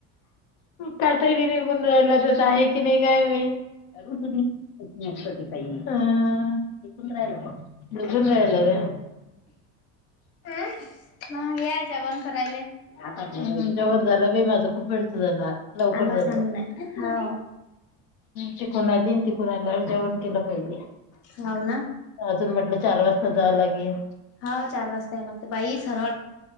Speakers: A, on the left; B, on the left.
A: कातयरी निघून राहिला तरत आहे की नाही काय माहीत तुम्त ते काही दिसून राहिल फक्त अजून राहिला काय
B: अ ह या जेवण करायले
A: आ जेवण झालं बी माझं खूप भेडत झाला लवकरकर
B: अंगावर सांडू
A: झाल
B: नये हाव
A: चिकून आली तिकून आला जेवण केलं पाहिले
B: हाव ना
A: अजून म्हटलं चार वाजता जावं लागेल
B: हा चार वाजता यायला लागते बाई सरळ